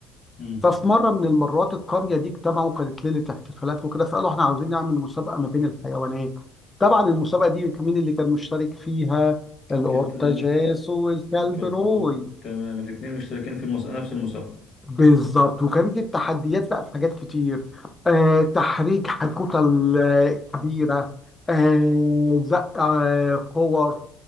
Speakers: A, on the left; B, on the left.
A: امم
B: ففي مرة من المرات القرية دي اجتمعوا كانت ليلة احتفالات وكده فقالوا احنا عاوزين نعمل مسابقة ما بين الحيوانات طبعا المسابقة دي مين اللي كان مشترك فيها القطة
A: اكيد آه،
B: جاس والكلب
A: كلب
B: روي
A: تمام الاتنين مشتركين في المس... نفس المسابقة
B: بالظبط وكان دي التحديات بقى في حاجات كتير آه تحريج كتل آه، كبيرة آه زق آه كور